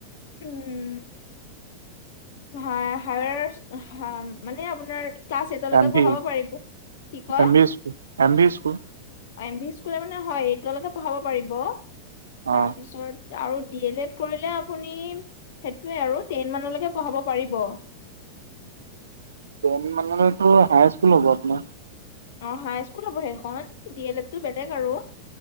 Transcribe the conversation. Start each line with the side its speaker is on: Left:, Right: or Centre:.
Left: উম। হা হায়াৰ্চ, হা মানে আপোনাৰ ক্লাছ এইটলৈকে
Right: এম
Left: পঢ়াব
Right: ভি
Left: পাৰিব। কি কয়?
Right: M V school M V school
Left: M V স্কুলৰ মানে হয় এইতলৈকে পঢ়াব পাৰিব, তাৰপিছত
Right: অ
Left: আৰু ডি এল এড কৰিলে আপুনি সেইটোয়ে আৰু টেন মানলৈকে পঢ়াব পাৰিব।
Right: টেন মানলৈটো হাই স্কুল হ'ব আপোনাৰ।
Left: অ', হাই স্কুল হ'ব সেইখন, ডি এল এড টো বেলেগ আৰু।